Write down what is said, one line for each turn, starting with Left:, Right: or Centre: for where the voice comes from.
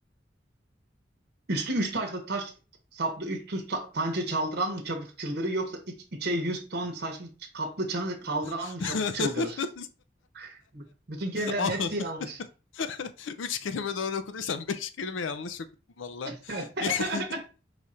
Right: Üstü 3 taşlı taş saplı üç tuş ta- tançe çaldıran mı çabuk çıldırır yoksa iç içe 100 ton saçlı ç- kaplı çanı kaldıran
Left: <laughs>
Right: mı çabuk çıldırır? B- Bütün kelimelerin
Left: Al-
Right: hepsi yanlış.
Left: <laughs> Üç kelime doğru okuduysan beş kelime yanlış okudun valla.
Right: <laughs>
Left: <laughs>